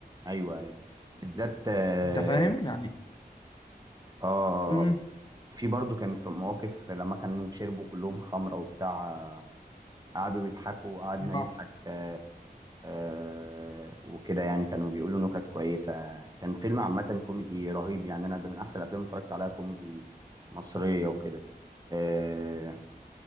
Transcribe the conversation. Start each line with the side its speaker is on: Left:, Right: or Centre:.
Right: ايوه ايوه بالذات اه
Left: أنت فاهم؟ يعني
Right: آه،
Left: امم
Right: آه. في برضو كان في مواقف لما كانوا شربوا كلهم خمره وبتاع آه، قعدوا يضحكوا وقعدنا
Left: اه
Right: نضحك آه آه وكده يعني كانوا بيقولوا نكت كويسه كان فيلم عامه كوميدي رهيب يعني انا ده من احسن الافلام اللي اتفرجت عليها كوميدي مصريه وكده آه